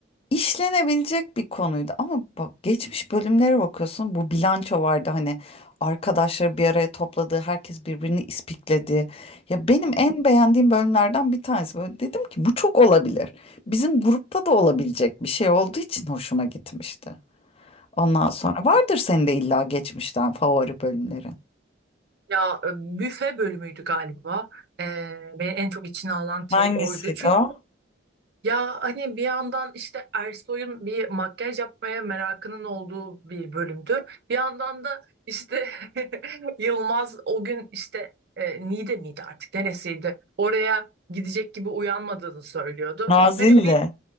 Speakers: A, on the left; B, on the right.
A: işlenebilecek bir konuydu ama bak geçmiş bölümlere bakıyorsun bu bilanço vardı hani arkadaşları bir araya topladığı herkes birbirini ispikledi. Ya benim en beğendiğim bölümlerden bir tanesi böyle dedim ki bu çok olabilir. Bizim grupta da olabilecek bir şey olduğu için hoşuma gitmişti. Ondan sonra vardır senin de illa geçmişten favori bölümleri.
B: Ya e, büfe bölümüydü galiba. Ee, beni en çok içine alan
A: Hangisiydi
B: şey oydu. Çünkü
A: o?
B: ya hani bir yandan işte Ersoy'un bir makyaj yapmaya merakının olduğu bir bölümdü. Bir yandan da işte <laughs> Yılmaz o gün işte e, Niğde miydi artık neresiydi? Oraya gidecek gibi uyanmadığını söylüyordu.
A: Nazilli.
B: Hani bir